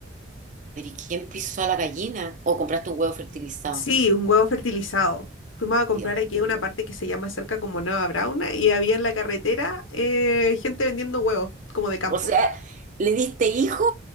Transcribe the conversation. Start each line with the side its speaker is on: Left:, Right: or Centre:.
Right: ¿Pero y quién pisó a la gallina? ¿O compraste un huevo fertilizado?
Left: Sí, un huevo fertilizado. Fuimos a comprar
Right: Dios
Left: aquí
Right: mío.
Left: a una parte que se llama cerca como Nueva Brauna y había en la carretera eh, gente vendiendo huevos, como de campo.
Right: O sea, le diste hijo